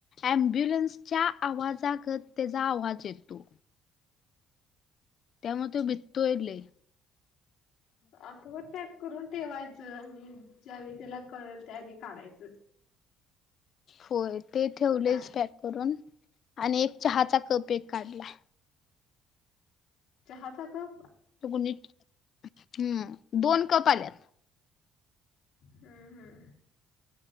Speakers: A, on the left; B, on the left.
A: अम्ब्युलन्सच्या आवाजागत त्याचा आवाज येतो.
B: <inaudible>
A: त्या मुळं तो बीतो इले
B: आथवर पॅक करून ठेवायचं आणि ज्यावेळी त्याला कळल त्यावेळी काढायचं.
A: होय. ते ठेवलेच
B: काय
A: पॅक करून आणि एक चहाचा कप एक काढलाय.
B: चहा चा कप?
A: कुणीत हम्म.. दोन कप आल्यात.
B: हम् हम्.